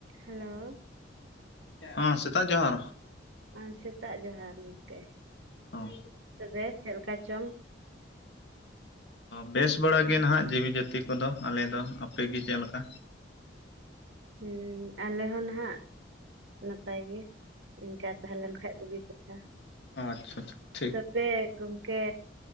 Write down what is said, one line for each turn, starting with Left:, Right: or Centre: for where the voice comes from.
Right: Hello.
Left: ᱦᱮ ᱥᱮᱛᱟᱜ ᱡᱚᱦᱟᱨ ᱾
Right: ᱟᱨ ᱥᱮᱛᱟᱜ ᱡᱚᱦᱟᱨ ᱜᱚᱝᱠᱮ ᱾
Left: ᱚ᱾
Right: ᱛᱚᱵᱮ ᱪᱮᱫ ᱞᱮᱠᱟ ᱪᱚᱝ?
Left: ᱵᱮᱥ ᱵᱟᱲᱟ ᱜᱮ ᱱᱟᱦᱟᱜ ᱡᱤᱣᱤ ᱡᱟᱹᱛᱤ ᱠᱚᱫᱚ ᱟᱞᱮ ᱫᱚ, ᱟᱯᱮᱜᱮ ᱪᱮᱫᱞᱮᱠᱟ?
Right: ᱦᱩ ᱟᱞᱮ ᱦᱚᱸ ᱱᱟᱦᱟᱜ ᱱᱟᱯᱟᱭ ᱜᱮ ᱱᱮᱝᱠᱟ ᱛᱟᱦᱮᱸ ᱞᱮᱱ ᱠᱷᱟᱡ ᱵᱩᱜᱤ ᱠᱟᱛᱷᱟ ᱾
Left: ᱚ ᱟᱪᱪᱷᱟ ᱟᱪᱪᱷᱟ ᱴᱷᱤᱠ
Right: ᱛᱚᱵᱮ
Left: ᱾
Right: ᱜᱚᱢᱠᱮ